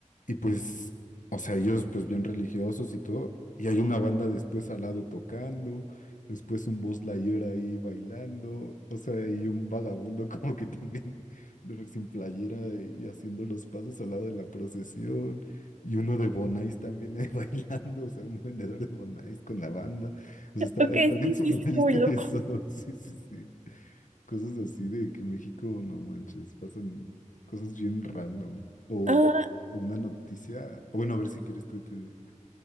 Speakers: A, on the left (about 75°); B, on the right (about 65°).
A: y pues, o sea, ellos pues bien religiosos y todo, y hay una banda después al lado tocando, después un Buzz Lightyear ahí bailando, o sea, y un vagabundo <laughs> como que también <laughs> de- sin playera y haciendo los pasos al lado de la procesión, y uno de Bonais también ahí <laughs> bailando, o sea, un vendedor de Bonais con la banda, o sea, está,
B: Ok,
A: está bien
B: sí,
A: surrealista
B: sí, sí, está muy loco.
A: eso, <laughs> sí, sí, sí. Cosas así de que México, no manches, pasan cosas bien random. O,
B: Ah.
A: o una noticia. o Bueno, a ver si quieres tú, tú dime.